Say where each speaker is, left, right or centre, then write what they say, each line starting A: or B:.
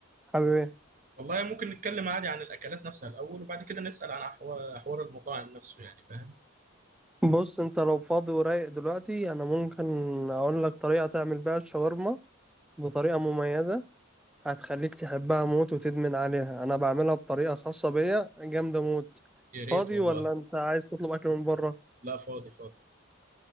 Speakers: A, in the centre; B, on the right.
A: حابب ايه
B: والله ممكن نتكلم عادي عن الاكلات نفسها الاول وبعد كده نسال عن أحوا- حوار المطاعم نفسه يعني فاهم
A: بص انت لو فاضي ورايق دلوقتي انا ممكن اقول لك طريقه تعمل بيها الشاورما بطريقه مميزه هتخليك تحبها موت وتدمن عليها انا بعملها بطريقه خاصه بيا جامده موت
B: يا ريت
A: فاضي
B: والله
A: ولا انت عايز تطلب اكل من بره
B: لا فاضي فاضي